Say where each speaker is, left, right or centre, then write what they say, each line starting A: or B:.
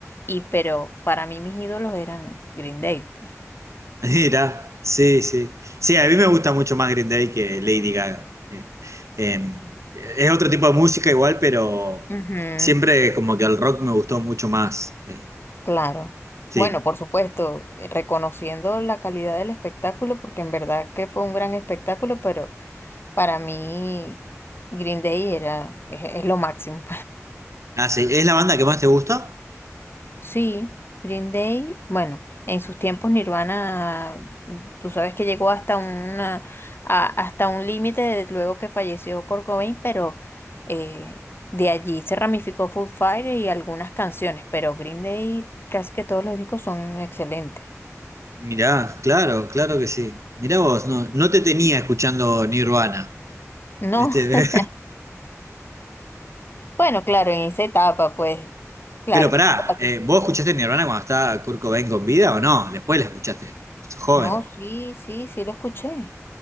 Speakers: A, on the left; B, on the right.
A: Y pero para mí mis ídolos eran Green Day. pues.
B: <laughs> Mira, sí, sí. Sí, a mí me gusta mucho más Green Day que Lady Gaga. Eh, eh, es otro tipo de música igual, pero
A: Ujú,
B: siempre como que el rock me gustó mucho más. Eh,
A: claro.
B: sí.
A: Bueno, por supuesto, eh, reconociendo la calidad del espectáculo, porque en verdad que fue un gran espectáculo, pero para mí Green Day era, es es lo máximo.
B: Ah, sí. ¿Es la banda que más te gusta?
A: Sí, Green Day, bueno, en sus tiempos Nirvana, mm, tú sabes que llegó hasta una, a- hasta un límite de- luego que falleció Kurt Cobain, pero eh, de allí se ramificó Foo Fighters y algunas canciones, pero Green Day casi que todos los discos son excelentes.
B: Mirá, claro, claro que sí. Mirá vos, no, no te tenía escuchando Nirvana.
A: No,
B: Este,
A: <laughs> bueno, claro, en esa etapa, pues,
B: <laughs>
A: claro.
B: pero pará,
A: Lo que pasa-
B: eh, ¿vos escuchaste Nirvana cuando estaba Kurt Cobain con vida o no? Después la escuchaste. Sos joven.
A: No, sí, sí, sí lo escuché.